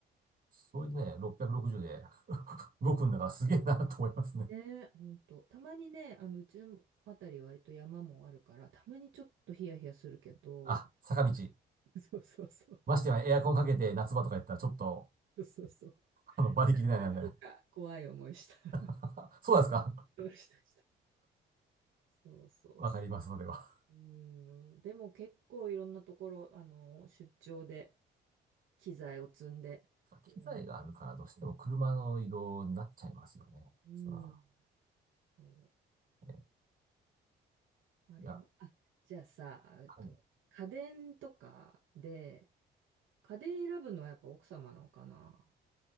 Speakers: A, on the right; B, on the right.
A: それでね、660で <laughs> 動くんだからすげえなと思いますね。
B: う。ね、本当。たまにね、あの、うちのあたり割と山もあるから、たまにちょっとヒヤヒヤするけど、
A: あ、坂道。
B: <laughs> そうそうそう。
A: ましてやエアコンかけて夏場とかやったらちょっと、
B: そうそうそう
A: あの、馬力出ないなみたいな。
B: 何度か怖い思いした。
A: <laughs> そうなんですか
B: <laughs> そうしたしたそうそうそ
A: わかります、それは。
B: う。うん。でも結構いろんなところ、あの、出張で機材を積んで、
A: 機材があるからどうしても車の移動になっちゃいますよね。
B: いろんな。うん。
A: そら。
B: そ
A: え
B: う。あれは、
A: いや、
B: あ、じゃあさ、えっと、
A: はい。
B: 家電とかで、家電選ぶのはやっぱ奥様なのかな